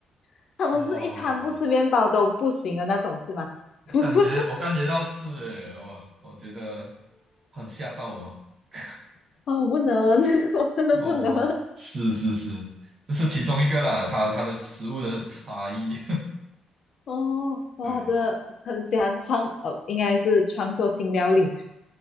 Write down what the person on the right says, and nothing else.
哇！
感觉我感觉到是诶，哇，我觉得很吓到我。<laughs>
哦，是是是，这是其中一个啦，它它的食物的差异，
<laughs>
对，